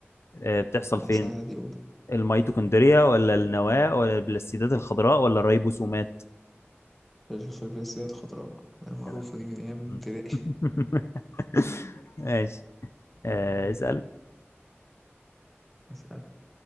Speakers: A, on the left; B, in the centre.
A: أه، بتحصل فين؟
B: آه، سهلة دي قول
A: الميتوكوندريا ولا النواة ولا البلاستيدات الخضراء ولا الريبوسومات؟
B: في الفبراسية الخضراء آه، معروفة
A: كده
B: دي من أيام
A: مم.
B: ابتدائي
A: <laughs> ماشي أه، اسأل
B: <laughs> اسأل